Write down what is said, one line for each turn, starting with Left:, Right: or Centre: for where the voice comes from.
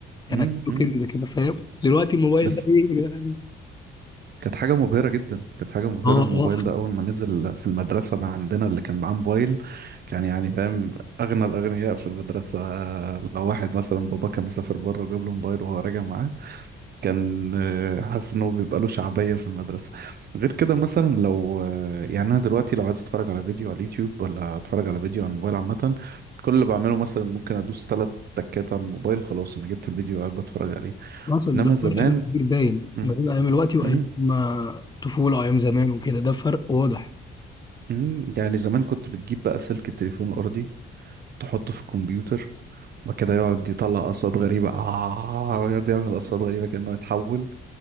Left: يعني
Right: امم أمم.
Left: كنز كده فاهم دلوقتي الموبايل
Right: بس
Left: ده ايه يا جدعان ده؟
Right: كانت حاجة مبهرة جدا كانت حاجة مبهرة
Left: اه
Right: الموبايل
Left: اه
Right: ده أول ما نزل في المدرسة ما عندنا اللي كان معاه موبايل كان يعني فاهم أغنى الأغنياء في المدرسة آه، لو واحد مثلا بابا كان مسافر بره وجاب له موبايل وهو راجع معاه كان آه، حاسس انه بيبقى له شعبية في المدرسة غير كده مثلا لو آه، يعني انا دلوقتي لو عايز اتفرج على فيديو على اليوتيوب ولا اتفرج على فيديو على الموبايل عامة كل اللي بعمله مثلا ممكن ادوس ثلاث تكات على الموبايل خلاص انا جبت الفيديو وقاعد بتفرج عليه
Left: حصل
Right: انما
Left: ده
Right: زمان
Left: فرق بقى كبير باين
Right: مم،
Left: ما بين ايام الوقت وايام
Right: مم،
Left: ما الطفوله وايام زمان وكده ده فرق واضح
Right: مم، يعني زمان كنت بتجيب بقى سلك التليفون الارضي تحطه في الكمبيوتر وكده يقعد يطلع اصوات غريبه اه يقعد يعمل اصوات غريبه كانه يتحول